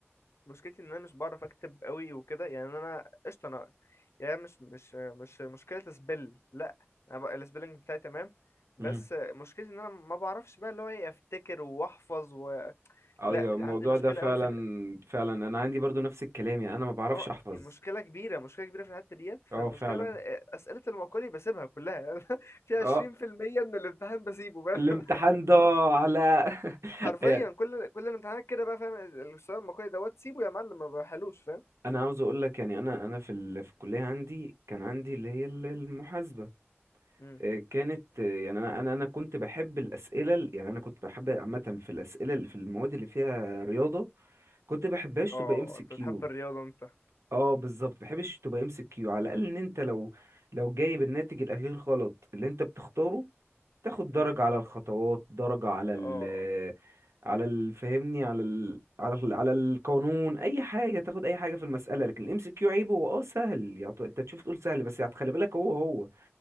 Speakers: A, on the left; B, on the right.
A: مشكلتي ان انا مش بعرف اكتب قوي وكده يعني انا قشطه انا يعني مش مش مش مشكله سبل لا انا بقى السبيلنج بتاعي تمام بس
B: امم
A: مشكلتي ان انا ما بعرفش بقى اللي هو ايه افتكر واحفظ و...
B: ايوه
A: لا
B: الموضوع
A: عندي مشكله
B: ده فعلا
A: قوي في
B: فعلا انا عندي برضو نفس الكلام يعني انا ما بعرفش
A: اه
B: احفظ
A: مشكلة كبيرة مشكلة كبيرة في الحتة ديت
B: اه
A: فالمشكلة
B: فعلا
A: بقى أسئلة المقالي بسيبها كلها يعني <laughs> في عشرين
B: اه
A: في المية من الامتحان بسيبه بقى
B: الامتحان
A: <laughs>
B: ده على <laughs>
A: حرفيا
B: يعني
A: كل كل الامتحانات كده بقى فاهم السؤال المقالي دوت سيبه يا معلم ما بحلوش فاهم
B: انا عاوز اقول لك يعني انا انا في ال... في الكليه عندي كان عندي اللي هي ال- المحاسبه
A: مم.
B: آه، كانت آه، يعني انا انا انا كنت بحب الاسئله ال- يعني انا كنت بحب عامه في الاسئله اللي في المواد اللي فيها رياضه كنت بحبهاش
A: اه
B: تبقى ام سي
A: انت
B: كيو
A: بتحب الرياضة انت
B: اه بالظبط بحبش تبقى ام سي كيو على الاقل ان انت لو لو جايب الناتج الاخير غلط اللي انت بتختاره تاخد
A: مم.
B: درجة على الخطوات درجة على ال
A: اه
B: آه، على ال- فاهمني على ال على ال على القانون اي حاجة تاخد اي حاجة في المسألة لكن الام سي كيو عيبه هو اه سهل يعني انت تشوف تقول سهل بس يعني خلي بالك هو هو